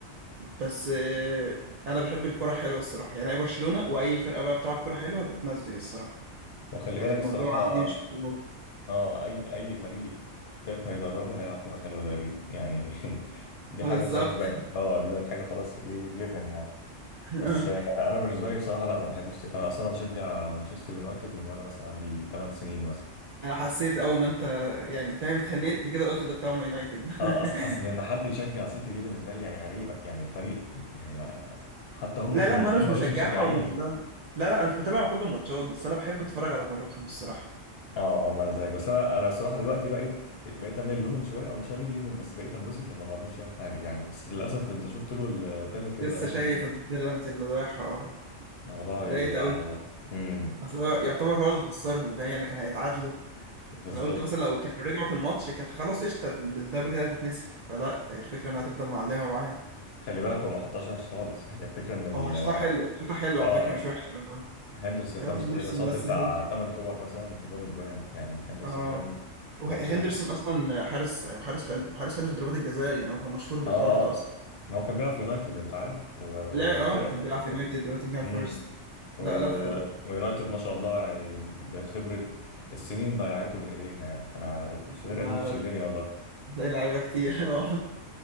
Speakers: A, on the right; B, on the left.
A: بس آه، انا بحب الكرة حلوة الصراحة يعني اي برشلونة واي فرقة بقى بتلعب كرة حلوة بتمزج الصراحة
B: وخلي
A: يعني
B: بالك
A: الموضوع
B: الصراحه
A: عندي مش بطولات.
B: اه اي اي فريق بيب هيدربه هيلعب كره حلوه تقريبا يعني <laughs> دي
A: آه،
B: حاجه
A: بالظبط
B: خلاص بقت اه دي بقت حاجه خلاص ايه جيفن يعني
A: <laughs>
B: بس آه، انا بالنسبه لي صراحه لا ما بحبش آه، اصل انا بشجع مانشستر يونايتد من وانا مثلا عندي 8 سنين مثلا
A: انا حسيت اول ما انت يعني فاهم اتخنقت كده قلت ده بتاع مان يونايتد <laughs>
B: اه اصل اصل ان حد يشجع سيتي دي بالنسبه لي يعني غريبه يعني الفريق يعني ما ما- حتى هم
A: لا
B: في
A: لا
B: انجلترا
A: ما انا مش بشجعها
B: ما لهمش مشجعين
A: ومش لا لا لا، انا مش بتابع كل الماتشات بس انا بحب اتفرج على كورتهم الصراحة
B: اه اه ما انا زيك بس انا انا الصراحه دلوقتي بقيت بقيت اميل لهم شويه او مش اميل ليهم بس بقيت انبسط لما مرموش يعمل حاجه يعني بس للاسف انت شفت له البينالتي
A: لسه
B: اللي ضيعها
A: شايف
B: م-
A: البلنتي اللي ضايعها اه
B: الموضوع
A: ضايقت
B: يزعل
A: قوي
B: والله امم
A: اصل هو
B: خلي
A: يعتبر
B: بالك
A: هو اللي خسرهم فاهم يعني كان هيتعادلوا
B: بالظبط
A: انا قلت مثلا لو كان رجعوا في الماتش كانت خلاص قشطه الضربه كده هتتنسي فلا الفكره انها هتفضل معلمه معايا
B: خلي بالك هو ما حطهاش وحش خالص هي الفكره ان ال
A: هو حشتها حلو حشتها حلو
B: اه
A: على فكره مش وحشه أوي.
B: هندرسون
A: هو
B: ده
A: هندرسون
B: مش طبيعي ده صد
A: بس
B: بتاع
A: هن-
B: 8 كور مثلا كلهم اجوان يعني هندرسون
A: اه
B: ده الماتش
A: هو هندرسون
B: ده
A: اصلا حارس أيوة حارس حلو وحارس حلو في ضربات الجزاء يعني هو كان مشهور بالحوار
B: اه
A: ده اصلا
B: اه ما هو كان بيلعب في يونايتد انت عارف و... والفرق
A: لا اه كان بيلعب في يونايتد
B: و...
A: ونوتنجهام
B: امم
A: فورست
B: وال...
A: لا لف برضه
B: ويونايتد ما شاء الله يعني بخبرة السنين ضيعته من ايديها يعني انا الفرقة
A: ده-
B: دي بتشلني والله
A: تلاقي لعيبه كتير <laughs> اه